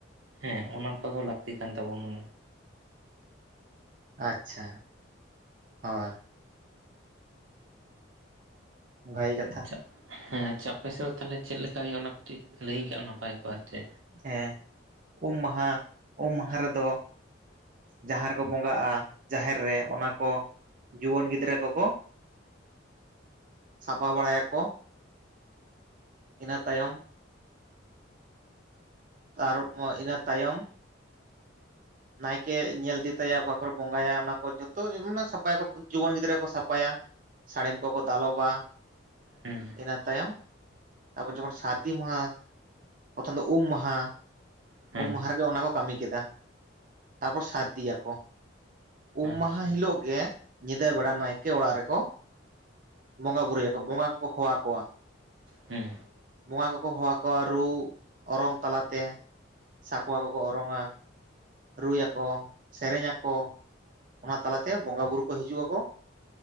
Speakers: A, on the right; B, on the right.
A: ᱦᱮᱸ ᱚᱱᱟ ᱠᱚᱫᱚ ᱞᱟᱹᱠᱛᱤ ᱠᱟᱱ ᱛᱟᱵᱚᱱᱟ᱾
B: ᱟᱪᱪᱷᱟ ᱦᱳᱭ᱾ ᱵᱷᱟᱹᱜᱮ ᱠᱟᱛᱷᱟ᱾
A: ᱟᱪᱪᱷᱟ ᱦᱮᱸ ᱟᱪᱪᱷᱟ ᱟᱯᱮᱥᱮᱜ ᱛᱟᱦᱚᱞᱮ ᱪᱮᱜ ᱞᱮᱠᱟ ᱦᱳᱭᱳᱜᱼᱟ ᱚᱱᱟ ᱠᱟᱹᱴᱤᱡ ᱞᱟᱹᱭᱟᱹᱧ ᱠᱷᱟᱜ ᱱᱟᱯᱟᱭ ᱠᱚᱜᱼᱟ ᱟᱨᱛᱮ?
B: ᱦᱮᱸ ᱩᱢ ᱢᱟᱦᱟ ᱩᱢ ᱢᱟᱦᱟ ᱨᱮᱫᱚ ᱡᱟᱦᱟᱸ ᱨᱮᱠᱚ ᱵᱚᱸᱜᱟ ᱟ ᱡᱟᱦᱮᱨ ᱨᱮ ᱚᱱᱟ ᱠᱚ ᱡᱩᱣᱚᱱ ᱜᱤᱫᱽᱨᱟᱹ ᱠᱚᱠᱚ ᱥᱟᱯᱟ ᱵᱟᱲᱟᱭᱟᱠᱚ ᱤᱱᱟᱹ ᱛᱟᱭᱚᱢ ᱟᱨ ᱤᱱᱟᱹ ᱛᱟᱭᱚᱢ ᱱᱟᱭᱠᱮ ᱧᱮᱞ ᱤᱫᱤ ᱛᱟᱭᱟᱭᱟ ᱚᱠᱟ ᱠᱚᱨᱮ ᱵᱚᱸᱜᱟᱭᱟ ᱚᱱᱟ ᱠᱚ ᱡᱚᱛᱚ <unintelligible> ᱡᱩᱣᱟᱹᱱ ᱜᱤᱫᱽᱨᱟᱹ ᱠᱚ ᱥᱟᱯᱷᱟᱭᱟ ᱥᱟᱹᱲᱤᱢ ᱠᱚᱠᱚ ᱫᱟᱞᱚᱵᱟ᱾
A: ᱦᱩᱸ
B: ᱤᱱᱟᱹ ᱛᱟᱭᱚᱢ, ᱛᱟᱯᱚᱨ ᱡᱚᱠᱷᱚᱱ ᱥᱟᱹᱨᱫᱤ ᱢᱟᱦᱟ ᱯᱨᱚᱛᱷᱚᱢ ᱫᱚ ᱩᱢ ᱢᱟᱦᱟ᱾
A: ᱦᱮᱸ
B: ᱩᱢ ᱢᱟᱦᱟ ᱨᱮᱜᱮ ᱚᱱᱟ ᱠᱚ ᱠᱟᱹᱢᱤ ᱠᱮᱫᱟ᱾ ᱛᱟᱯᱚᱨ ᱥᱟᱹᱨᱫᱤᱭᱟ ᱠᱚ ᱩᱢ
A: ᱟᱪᱪᱷᱟ
B: ᱢᱟᱦᱟ ᱦᱤᱞᱳᱜ ᱜᱮ ᱧᱤᱫᱟᱹ ᱵᱮᱲᱟ ᱱᱟᱭᱠᱮ ᱚᱲᱟᱜ ᱨᱮᱠᱚ ᱵᱚᱸᱜᱟ ᱵᱩᱨᱩᱭᱟᱠᱚ ᱵᱚᱸᱜᱟ ᱠᱚ ᱦᱚᱣᱟ ᱠᱚᱣᱟ᱾
A: ᱦᱮᱸ
B: ᱵᱚᱸᱜᱟ ᱠᱚᱠᱚ ᱦᱚᱦᱚᱣᱟ ᱠᱚᱣᱟ ᱨᱩ ᱚᱨᱚᱝ ᱛᱟᱞᱟᱛᱮ᱾ ᱥᱟᱠᱣᱟ ᱠᱚᱠᱚ ᱚᱨᱚᱝᱼᱟ᱾ ᱨᱩᱭᱟᱠᱚ ᱥᱮᱨᱮᱧ ᱟᱠᱚ᱾ ᱚᱱᱟ ᱛᱟᱞᱟᱛᱮ ᱵᱚᱸᱜᱟ ᱵᱩᱨᱩ ᱠᱚ ᱦᱤᱡᱩᱜ ᱟᱠᱚ